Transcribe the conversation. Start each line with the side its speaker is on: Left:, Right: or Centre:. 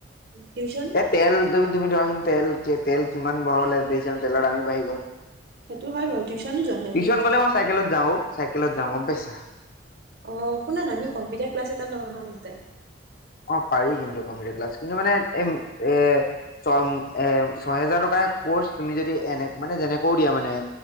Right: টিউচন
Left: এ তেল দুমি দুমি ধৰাচোন তেল তেল কিমান বহাবলৈ দেছে তেলৰ দাম বাহি গল। টিউচন
Right: সেইটো হয় বাৰু টিউচনো যোৱা নাই তুমি
Left: গলে মই চাইকেলত যাও অ, চাইকেলত যাওঁ গম পাইছা?
Right: অ শুনা না আমি কম্পিউটাৰ ক্লাছ এটা লও আহা দুটাই।
Left: অ পাৰি কিন্তু কম্পিউটাৰ ক্লাছ কিন্তু মানে এ ছ এ ছয়হেজাৰ টকা কৰ্চ তুমি যদি এনে মানে যেনেকেও দিয়া মানে